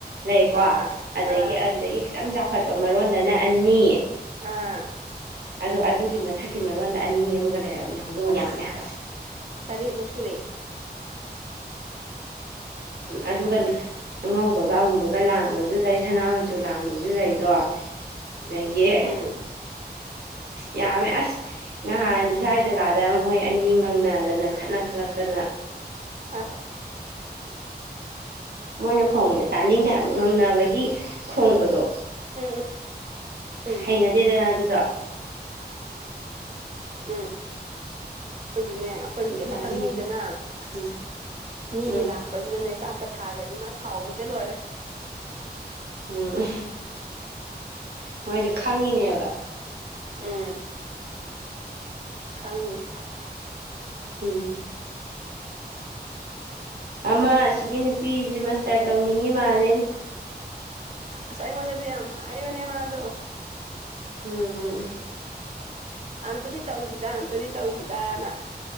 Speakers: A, on the right; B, on the right.
A: ꯂꯩꯀꯣ
B: ꯑꯥ
A: ꯑꯗꯒꯤ
B: ꯑꯥ
A: ꯑꯗꯨꯗꯒꯤ ꯈꯤꯇꯪ ꯆꯥꯎꯈꯠꯄ ꯃꯔꯣꯟꯗꯅ ꯑꯅꯤ
B: ꯑꯥ
A: ꯑꯗꯣ ꯑꯗꯨꯒꯤ ꯃꯊꯛꯀꯤ ꯃꯔꯣꯟꯜꯗ ꯑꯅꯤ ꯑꯃꯒ ꯂꯩꯔꯕꯅꯤ ꯍꯧꯗꯣꯡ
B: ꯑꯁ
A: ꯌꯥꯝꯃꯦ ꯍꯥꯏꯕ
B: ꯇꯔꯦꯠꯃꯨꯛ ꯁꯨꯔꯦ
A: ꯎꯝ ꯑꯗꯨꯒ ꯑꯉꯧꯕꯒ ꯑꯃꯨꯕꯒ ꯂꯥꯡꯕꯁꯨ ꯂꯩ ꯁꯅꯥ ꯁꯨ ꯂꯥꯡꯕꯁꯨ ꯂꯩꯗꯣ ꯑꯗꯒꯤ
B: ꯎꯝ
A: ꯌꯥꯝꯃꯦ ꯑꯁ ꯅꯍꯥꯟ ꯏꯁꯋꯥꯏ ꯖꯒꯥꯗ ꯃꯣꯏ ꯑꯅꯤ ꯉꯪꯅꯗꯅ ꯈꯠꯅ ꯈꯠꯂꯛꯇꯅ
B: ꯑꯁ
A: ꯃꯣꯏꯅ ꯈꯣꯡꯕ ꯇꯥꯅꯤꯡꯗꯦ ꯍꯥꯏꯕ ꯉꯪꯅꯕꯒꯤ ꯈꯣꯡꯕꯗꯣ
B: ꯎꯝ ꯎꯝ ꯎꯝ
A: ꯍꯩꯅꯗꯦꯗꯅ ꯑꯗꯨꯗꯣ
B: ꯎꯝ ꯑꯩꯖꯨꯅꯦ ꯑꯩꯈꯣꯏꯗꯤ
A: ꯑꯗꯨ
B: ꯑꯃꯇꯪ
A: ꯇꯥꯅꯤꯡꯗꯦ
B: ꯂꯩꯗꯅ
A: ꯎꯝ
B: ꯃꯤꯒꯤ
A: ꯎꯝ
B: ꯂꯥꯛ ꯄꯁꯤꯗꯅꯦ ꯆꯥꯛꯀ ꯊꯥꯔꯒꯗꯤ ꯃꯥ ꯁꯥꯎꯕꯗ ꯂꯣꯏꯔꯦ
A: ꯎꯝ ꯃꯣꯏꯖꯨ ꯈꯪꯏꯅꯦꯕ
B: ꯎ ꯈꯡ
A: ꯎꯝ ꯑꯃ ꯑꯁꯤꯒꯤ ꯅꯨꯄꯤꯖꯦ ꯃꯥꯁꯇꯔ ꯇꯧꯅꯤꯡꯉꯤ ꯃꯥꯂꯦ
B: ꯑꯁ ꯑꯩꯉꯣꯟꯗꯁꯨ ꯌꯥꯝ ꯍꯥꯏꯕꯅꯦ ꯃꯥꯗꯣ
A: ꯎꯝ
B: ꯑꯝꯇꯗꯤ ꯇꯧꯁꯤꯗ ꯑꯝꯇꯗꯤ ꯇꯧꯁꯤꯗꯅ